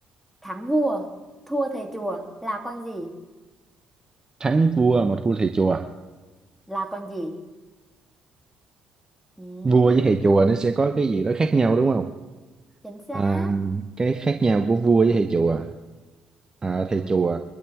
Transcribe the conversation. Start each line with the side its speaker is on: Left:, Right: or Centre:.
Centre: thắng vua thua thầy chùa là con gì
Right: thắng vua mà thua thầy chùa
Centre: là con gì Ừm,
Right: vua với thầy chùa nó sẽ có cái gì đó khác nhau đúng không
Centre: chính xác
Right: À, cái khác nhau của vua với thầy chùa à,
Centre: Ừm.
Right: thầy chùa